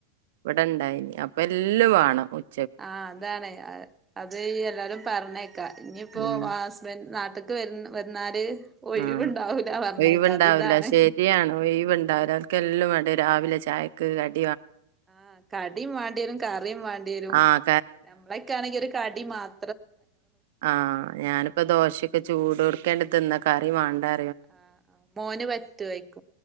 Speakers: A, on the right (about 65°); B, on the right (about 15°).
A: ഇവിടെണ്ടായി അപ്പ <unintelligible>
B: ആഹ അതാണ് അത് എല്ലാരും പറഞ്ഞേക്കാം ഇനിയിപ്പോ
A: ഉം
B: ഹസ്ബന്റ നാട്ട് അതൊക്കെ വ വന്നാല് ഒഴിവുണ്ടാവൂല
A: ആ
B: പറഞ്ഞേക്കാ
A: ഒഴിവ്ണ്ടാവൂല്ല
B: അത് ഇതാണ്
A: ശരിയാണ് ഒഴിവ്ണ്ടാവില്ല അവക്കെല്ലാം വേണ്ട രാവിലെ ചായ <unintelligible>
B: ആഹ കടിയും വേണ്ടി വരും കറിയും വേണ്ടി വരും
A: ആഹ്
B: നമ്മളൊക്കൊണെങ്കി ഒരു കടി മാത്രം
A: ആ ഞാനിപ്പോ ദോശൊക്കെ ചൂട് കൊടുക്കേണ്ടിതിന്ന ക <unintelligible> വാണ്ടാ
B: ആ മോന് പറ്റുയിക്കും